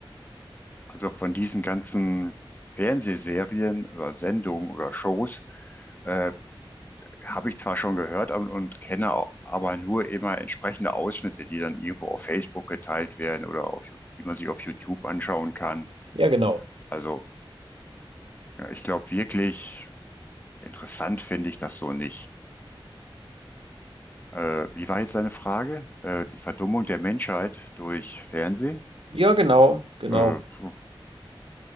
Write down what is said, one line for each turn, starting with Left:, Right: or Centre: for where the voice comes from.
Left: Also von diesen ganzen Fernsehserien oder Sendungen oder Shows, äh, habe ich zwar schon gehört und, und kenne au- aber nur immer entsprechende Ausschnitte, die dann irgendwo auf Facebook geteilt werden oder auf, Ju- die man sich auf YouTube anschauen kann.
Right: Ja, genau.
Left: Also ja, ich glaube wirklich interessant finde ich das so nicht. Äh, wie war jetzt deine Frage? Äh, die Verdummung der Menschheit durch Fernsehen?
Right: Ja, genau, genau.
Left: Äh, puh.